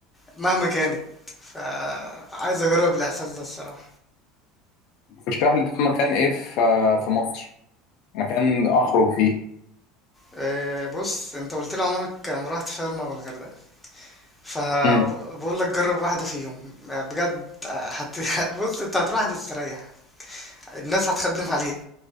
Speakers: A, in the centre; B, on the left.
A: مهما كانت فعايز اجرب الاحساس ده الصراحه
B: ترشح لي طب مكان ايه في آه، في مصر مكان اخرج فيه
A: آه، بص انت قلت لي عمرك ما رحت شرم او الغردقه فبقول
B: امم
A: لك جرب واحده فيهم بجد هت... <laughs> بص انت هتروح هتستريح الناس هتخدم عليك